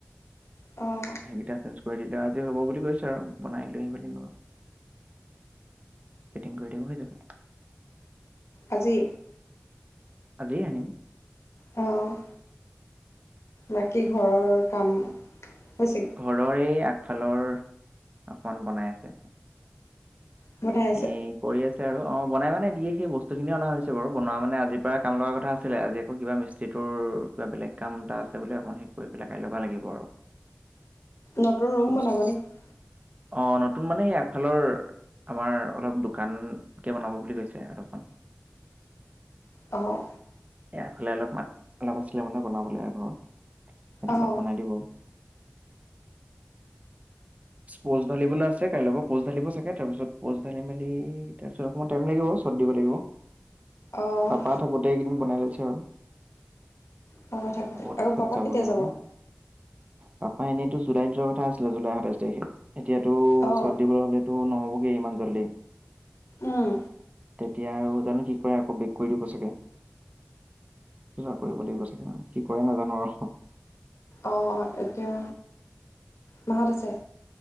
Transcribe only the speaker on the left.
অ'।
আজি?
অ'। বাকী ঘৰৰ কাম হৈছে?
বনাই আছে
নতুন ৰুম
বনাব নেকি?
অ'।
অ',
অ',
পাপা থাকোতে
আৰু পাপা
কেতিয়া যাব
অ',
উম,
অ' এতিয়া মাহত আছে?